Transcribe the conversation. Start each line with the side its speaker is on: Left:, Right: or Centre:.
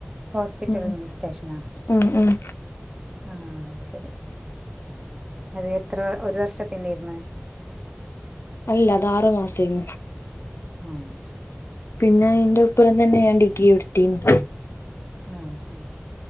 Right: ഹോസ്പിറ്റൽ
Left: ഉം
Right: അഡ്മിനിസ്ട്രേഷനാ
Left: ഉം ഉം
Right: ആഹ് ശരി അത് എത്ര ഒരു വർഷത്തിന്റെ ഇന്ന്
Left: അല്ല അത് ആറു മാസേന്ന്
Right: ഉം
Left: പിന്നെ എന്റെപ്പുറം തന്നെ ഞാൻ ഡിഗ്രി എടുത്തിരുന്നു
Right: ആഹ് ഉ